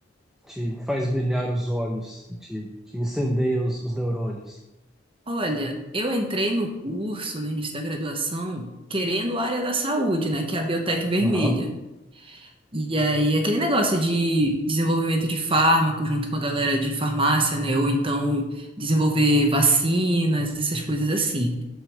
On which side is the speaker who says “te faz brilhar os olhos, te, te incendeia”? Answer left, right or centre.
Centre